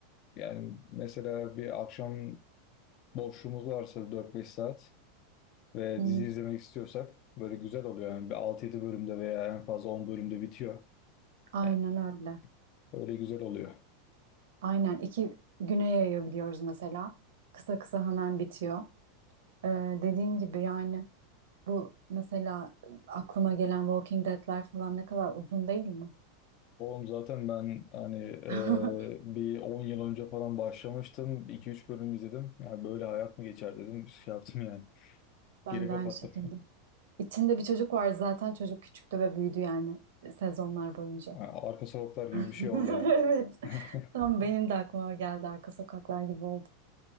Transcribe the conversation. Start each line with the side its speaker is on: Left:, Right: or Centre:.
Left: yani mesela bir akşam boşluğumuz varsa dört beş saat ve
Right: Hı.
Left: dizi izlemek istiyorsak böyle güzel oluyor yani bir 6-7 bölümde veya en fazla 10 bölümde bitiyor.
Right: Aynen
Left: Yani
Right: öyle.
Left: Öyle güzel oluyor.
Right: Aynen iki güne yayabiliyoruz mesela. Kısa kısa hemen bitiyor. Ee, dediğin gibi yani bu mesela aklıma gelen Walking Dead'ler falan ne kadar uzun değil mi?
Left: Oğlum zaten ben hani e,
Right: <laughs>
Left: bir 10 yıl önce falan başlamıştım. iki üç bölüm izledim. Yani böyle hayat mı geçer dedim. Şey yaptım yani.
Right: Ben
Left: Geri
Right: de
Left: kapattım.
Right: aynı şekilde. İçinde bir çocuk vardı zaten çocuk küçüktü ve büyüdü yani sezonlar boyunca.
Left: Yani arka sokaklar
Right: <laughs>
Left: gibi bir şey oldu yani.
Right: Evet.
Left: <laughs>
Right: Tam benim de aklıma geldi arka sokaklar gibi oldu.